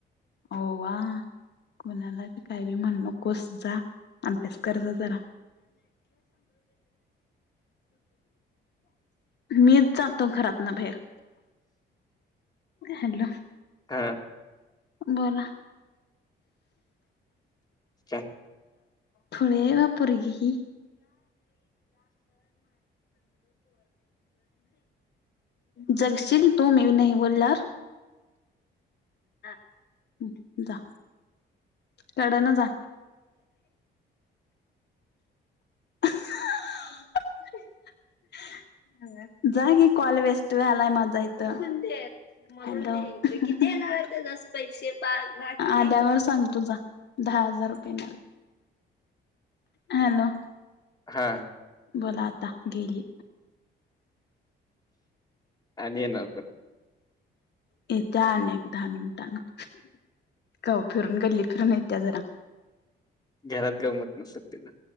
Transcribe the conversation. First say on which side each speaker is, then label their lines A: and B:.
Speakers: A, on the left; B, on the left.
A: ओ वा कोणाला बी काही बी म्हणून नकोस जा. अभ्यास कराजा जरा. मीच जातो घरात न बाहेर. हॅलो.
B: हां.
A: बोला
B: काय
A: थोडी आहे वा पोरगी ही. जगशील तू मी नाही बोल्यावर? ह हा हम्म जा. कड ना जा. <unintelligible> जा की कॉल वेस्ट झालाय माझा इथं. अदो म किती येणार आहे त्याजाच पैशे पाच दहा <unintelligible> आल्यावर सांग. तुझा दहा हजार रुपये येणार. हॅलो.
B: हा.
A: बोला आता गेली.
B: आणि येणार पर.
A: येत्या अन एक क दहा मिनिटाने. काव फिरून गल्ली फिरून येत्या जरा.
B: घरात गंमत नसल त्याला.